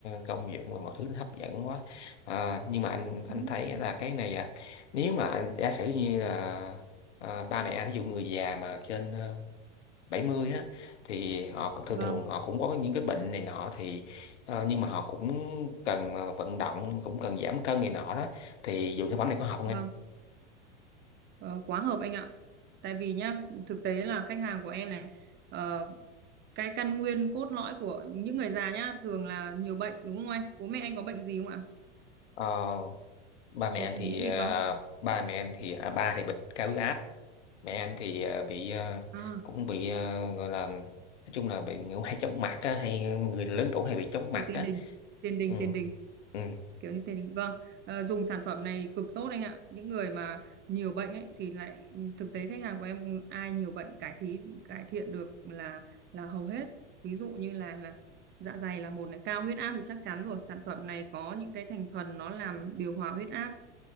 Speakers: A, on the left; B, on the right.
A: công dụng và mọi thứ nó hấp dẫn quá à, nhưng mà anh anh
B: Ừ,
A: thấy là cái này à, nếu mà anh giả sử như là à, ba mẹ anh ví dụ người già mà trên ờ, 70 á thì họ cũng- thường
B: Vâng,
A: thường họ cũng có những cái bệnh này nọ thì ờ, nhưng mà họ cũng cần mà vận động cũng cần giảm cân này nọ đó thì dùng sản phẩm này có học không
B: vâng.
A: em
B: Ờ, quá hợp anh ạ. Tại vì nhá, thực tế là khách hàng của em này ờ, cái căn nguyên cốt lõi của những người già nhá thường là nhiều bệnh đúng không anh? Bố mẹ anh có bệnh gì không ạ?
A: Ờ, ba mẹ
B: có
A: anh
B: bị
A: thì
B: lý gì
A: à,
B: không
A: ba mẹ anh thì à, ba thì bệnh cao huyết áp mẹ anh thì ờ, bị ờ,
B: À,
A: cũng bị ờ, gọi là nói chung là bị ngủ hay chóng mặt á hay người lớn tuổi hay bị chóng
B: rồi
A: mặt
B: tiền
A: á
B: đình tiền đình
A: ừ
B: tiền đình
A: ừ
B: kiểu như tiền đình vâng ờ, dùng sản phẩm này cực tốt anh ạ những người mà nhiều bệnh ấy thì lại ừ, thực tế khách hàng của em ai nhiều bệnh cải thí cải thiện được là là hầu hết ví dụ như là là dạ dày là một này cao huyết áp thì chắc chắn rồi sản phẩm này có những cái thành phần nó làm điều hòa huyết áp